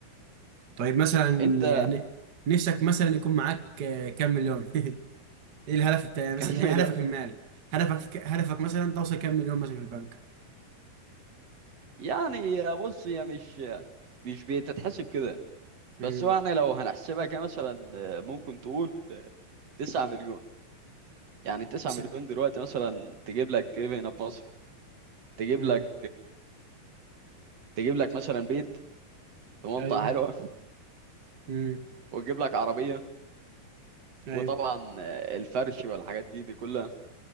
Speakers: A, on the right (about 60°); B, on the right (about 45°).
A: طيب مثلا
B: انت
A: يعني
B: <laughs>
A: نفسك مثلا يكون معاك آه، كام مليون <laughs> ايه الهدف بتاعي مثلا
B: كمل
A: ايه هدفك
B: يا-
A: المالي هدفك في ك... هدفك مثلا توصل كام مليون مثلا في البنك
B: يعني بص هي مش مش بتتحسب كده
A: امم
B: بس هو يعني لو هنحسبها كمثلا ممكن تقول 9 مليون يعني 9
A: س-
B: مليون دلوقتي مثلا تجيب لك ايه هنا في مصر تجيب
A: امم
B: لك تجيب لك مثلا بيت في منطقة
A: ايوه
B: حلوة
A: امم
B: وتجيب لك عربية
A: ايوه
B: وطبعا آه، الفرش والحاجات دي دي كلها